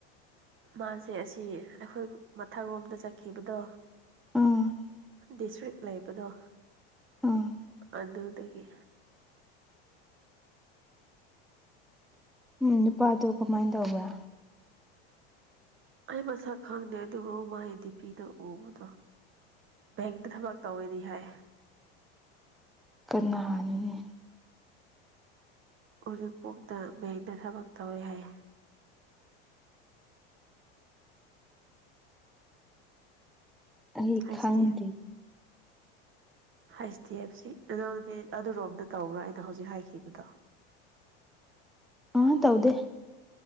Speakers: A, on the right; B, in the centre.
A: ꯃꯥꯖꯦ ꯑꯁꯤ ꯑꯩꯈꯣꯏ ꯃꯊꯪ ꯔꯣꯝꯗ ꯆꯠꯈꯤꯕꯗꯣ
B: ꯎꯝ
A: ꯗꯤꯁꯇ꯭ꯔꯤꯛ ꯂꯩꯕꯗꯣ
B: ꯑꯥ
A: ꯑꯗꯨꯗꯒꯤ
B: ꯎꯝ ꯅꯨꯄꯥꯗꯣ ꯀꯃꯥꯏꯟ ꯇꯧꯕ꯭ꯔꯥ
A: ꯑꯩ ꯃꯁꯛ ꯈꯪꯗꯦ ꯑꯗꯨꯕꯨ ꯃꯥꯏ ꯗꯤꯄꯤꯗꯣ ꯎꯕꯗꯣ ꯕꯦꯛꯇꯥ ꯊꯕꯛ ꯇꯧꯋꯦꯗꯤ ꯍꯥꯏ
B: ꯀꯅꯥꯅꯣꯅꯤ
A: ꯎꯔꯤꯄꯣꯛꯇ ꯕꯦꯡꯗ ꯊꯕꯛ ꯇꯧꯋꯤ ꯍꯥꯏ
B: ꯑꯩ
A: <unintelligible>
B: ꯈꯪꯗꯦ
A: ꯍꯩꯆ ꯗꯤ ꯑꯦꯐ ꯁꯤ ꯑ ꯅꯨꯃꯤꯠ ꯑꯗꯨꯔꯣꯝꯗ ꯇꯧꯕ꯭ꯔꯥ ꯑꯩꯅ ꯍꯧꯖꯤꯛ ꯍꯥꯏꯈꯤꯕꯗꯣ꯫
B: ꯑꯥ ꯇꯧꯗꯦ꯫